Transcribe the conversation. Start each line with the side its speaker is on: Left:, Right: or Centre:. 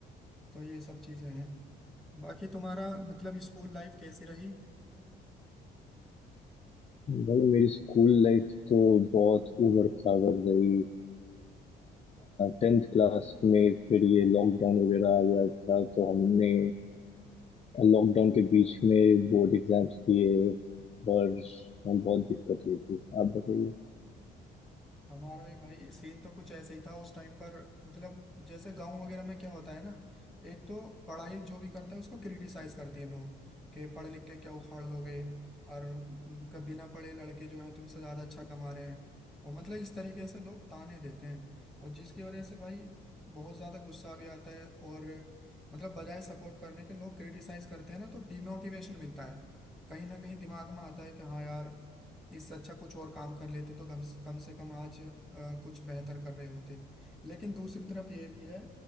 Centre: तो ये सब चीज़ें हैं बाकी तुम्हारा मतलब स्कूल लाइफ कैसी रही
Left: भाई मेरी स्कूल लाइफ तो बहुत उबड़ खाबड़ रही टेंथ क्लास में फिर ये लॉकडाउन वगैरह आ गया था तो हमने लॉकडाउन के बीच में बोर्ड एग्जाम्स दिए और बहुत दिक्कत हुई थी आप बताइए
Centre: हमारा भी भाई सीन तो कुछ ऐसे ही था उस टाइम पर मतलब जैसे गांव वगैरह में क्या होता है ना एक तो पढ़ाई जो भी करता है उसको क्रिटिसाइज करते हैं लोग कि पढ़ लिख के क्या उखाड़ लोगे और उम, कभी ना पढ़े लड़के जो हैं तुमसे ज्यादा अच्छा कमा रहे हैं और मतलब इस तरीके से लोग ताने देते हैं और जिसकी वजह से भाई बहुत ज्यादा गुस्सा भी आता है और मतलब बजाय सपोर्ट करने के लोग क्रिटिसाइज करते हैं ना तो डिमोटिवेशन मिलता है कहीं ना कहीं दिमाग में आता है कि हाँ यार इससे अच्छा कुछ और काम कर लेते तो कम कम से कम आज अ, कुछ बेहतर कर रहे होते लेकिन दूसरी तरफ ये भी है